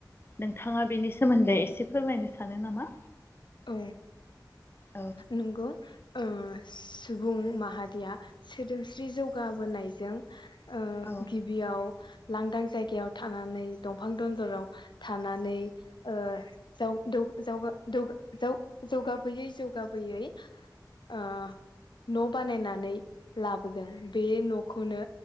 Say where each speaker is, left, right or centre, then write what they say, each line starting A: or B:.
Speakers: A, on the left; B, on the left.
A: नोंथाङा बेनि सोमोन्दै एसे फोरमायनो सानो नामा?
B: औ
A: औ
B: नंगौ। ओ सुबुं माहारिया सोदोमस्रि जौगाबोनायजों ओ
A: औ
B: गिबियाव लांदां जायगायाव थानानै दंफां दन्दराव थानानै ओ जाव दौ जावगा दौ जौ जौगाबोयै जौगाबोयै ओ न' बानायनानै लाबोदों बे न'खौनो